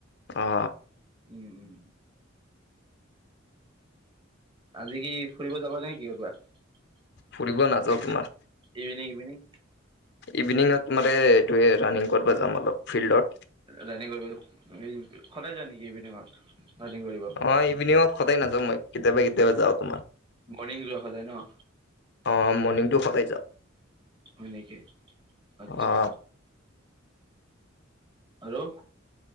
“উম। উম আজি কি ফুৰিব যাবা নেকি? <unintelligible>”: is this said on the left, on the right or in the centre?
Right